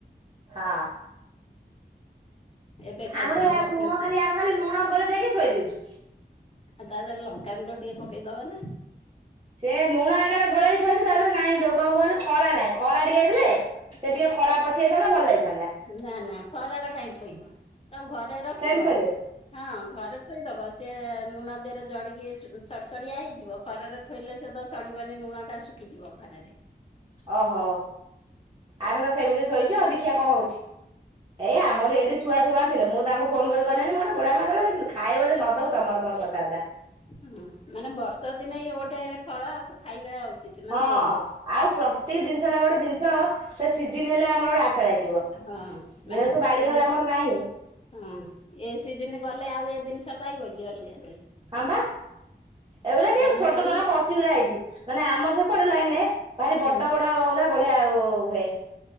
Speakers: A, on the right; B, on the left.
A: ହଁ।
B: ଏବେ ଖାଇଥିଲୁ
A: ଆମର ଏଇ
B: ବବୁଲୁ
A: ଆମେ ଲୁଣ ଖାଲି ଆମେ ଖାଲି ଲୁଣ ଗଲେ ଦେଇକି ଥୋଇ ଦେଇଛୁ।
B: ଆଉ ତା ଦେହଲେ ଲଙ୍କାଗୁଣ୍ଡ ଟିକେ ପକେଇଦବା ନା।
A: ସେ ଲୁଣ ଏଗ ଗୋଳେଇି ଥଇଛି ତା ଦେହରେ ନାଇଁ ଯୋଉ କଣ କୁହନ ଖରା ନାଇଁ ଖରା ଟିକେ ହେଇଥିଲେ ସେ ଟିକେ ଖରାପ ପଶିଯାଇଥାନ୍ତା ଭଲ ହେଇଥାନ୍ତା।
B: ନା ନା ଖରାରେ କାହିଁ ଥୋଇବ ତ ଘରେ ରଖିବ
A: ସେମିତି ଥୋଇଲେ
B: ହଁ ଘରେ ଥୋଇଦବ ସେ ଲୁଣ ଦେହରେ ଜଡିକି ସଡ ସଡିଆ ହେଇଯିବ ଖରାରେ ଥୋଇଲେ ସେ ତ ସଡିବନି ଲୁଣ ଟା। ଖି ଯିବ ଖରାରେ।
A: ଓହୋ ଆମେ ତ ସେମିତି ଥୋଇଛୁ ଆଉ ଦେଖିବା କଣ ହଉଛି? ଏଇ ଆମର ଏଇଠି ଛୁଆ ସବୁ ଆଣିଥିଲେ ମୁଁ ତାଙ୍କୁ ଫୋନ କରି କହିଲାଣି ମାନେ ଗୋଡା ମା <unintelligible> ଦେ ଖାଇବ ଯଦି ନଦବ ତମର ମୋର କଥା ବାର୍ତା।
B: ହୁଁ ମାନେ ବର୍ଷ ଦିନେ ଇ ଗୋଟେ ଫଳ ଆ ଖାଇବା ଉଚିତ ମାନେ
A: ହଁ
B: କୋଳି
A: ଆଉ ପ୍ରତିକ ଜିନିଷ ଟା ଗୋଟେ ଜିନିଷ ସେ ସିଜିିନ ହେଲେ ଆମର ଗୋଟେ ଆଶା ଲାଗିବ।
B: ହଁ
A: ଯେହେତୁ
B: ମାନେ
A: ବାଡି
B: ସେ
A: ଘର ଆମର ନାହିଁ
B: ହଁ ଏ ସିଜନ ଗଲେ ଆଉ ଏ ଜିନିଷ ପାଇବ କି ଅଲଗା ବେଳେ
A: ହଁ ବା ଏଗୁଟା କି
B: ଜାମୁ
A: ଛୋଟ
B: କୋଳି
A: ଥର କଶୀଗୁଡା ହେଇଛି ମାନେ ଆମ ସେପଟେ ଲାଇନରେ ଭାରି
B: ହୁଁ
A: ବଡ ବଡ ବଢିଆ ହୁଏ